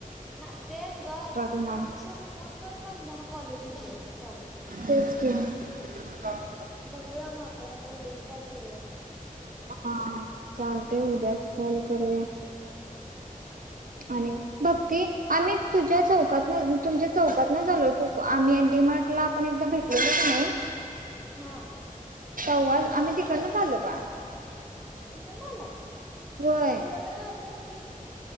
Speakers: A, in the centre; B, on the right.
A: म तेच ग
B: होणार
A: ऍडमिशन होऊन पण महिन्यान कॉलेज होतय चालू.
B: तेच <unintelligible>
A: बघूया मग आपण आता उद्याच कॉल करूया.
B: हा हा चालतय उद्याच कॉल करूया आणि भक्ती आम्ही तुझ्या चौकातन तुमच्या चौकातनच आलोय. तु को आम्ही डी मार्टला आपण एकदा भेटलेलो क नई.
A: हा
B: तवाच आम्ही तिकडनच आलो बा
A: तिकंडन आला
B: व्हय
A: तिकंडन का आलता तुमी?